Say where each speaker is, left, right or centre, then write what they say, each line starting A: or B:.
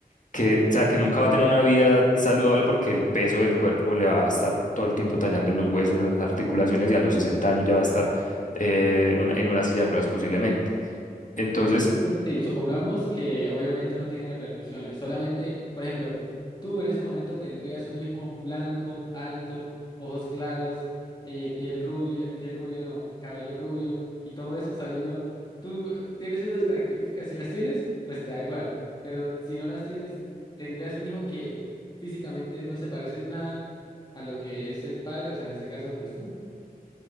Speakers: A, on the left (about 55°); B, on the left (about 25°).
A: Que, o sea, que nunca va a tener una vida saludable porque el peso del cuerpo le va a estar todo el tiempo tallando en los huesos, en las articulaciones y a los 60 años ya va a estar eh, en una, en una silla de ruedas posiblemente. Entonces,
B: No, Sí, supongamos que obviamente no tiene repercusiones, solamente, por ejemplo, tú en ese momento tendrías un hijo blanco, alto, ojos claros, eh, piel rubia, piel rubia no, cabello rubio y todo eso sabiendo, tú eh, tienes esas características, si las tienes, pues te da igual, pero si no las tienes, tendrías un hijo que físicamente no se parece en nada a lo que es el padre, o sea, en este caso, pues tú,